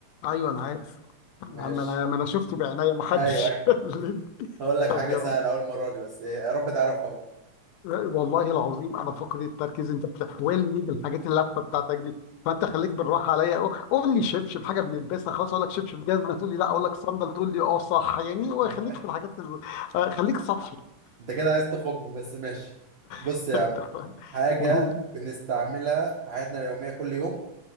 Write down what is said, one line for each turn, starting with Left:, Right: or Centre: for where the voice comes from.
Left: ايوه انا عارف ما
Right: ماشي
Left: انا ما انا شفت بعينيا ما حدش
Right: أيوه <laughs>
Left: <laughs> قال لي
Right: هقول لك
Left: طب
Right: حاجة
Left: يلا
Right: سهلة أول مرة دي بس إيه، يا رب تعرفها بقى
Left: والله العظيم انا فقد التركيز انت بتحولني بالحاجات اللفه بتاعتك دي فانت خليك بالراحه عليا قول قول لي شبشب حاجه بنلبسها خلاص اقول لك شبشب جزمه تقول لي لا اقول لك صندل تقول لي اه صح يعني
Right: <laughs>
Left: خليك في الحاجات ال- آه، خليك سطحي
Right: أنت كده عايز تخم بس ماشي بص
Left: <laughs>
Right: يا عم
Left: تمام
Right: حاجة
Left: قول
Right: بنستعملها في حياتنا اليومية كل يوم